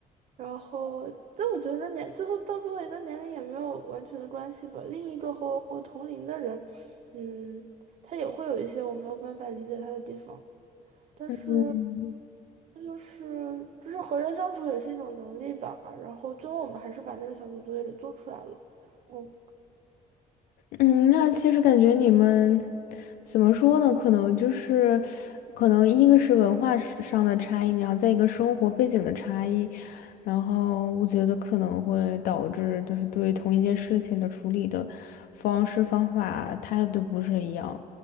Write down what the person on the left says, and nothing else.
嗯，
嗯，那其实感觉你们怎么说呢？可能就是，可能一个是文化是上的差异，然后再一个生活背景的差异，然后我觉得可能会导致就是对同一件事情的处理的方式、方法、态度不是一样。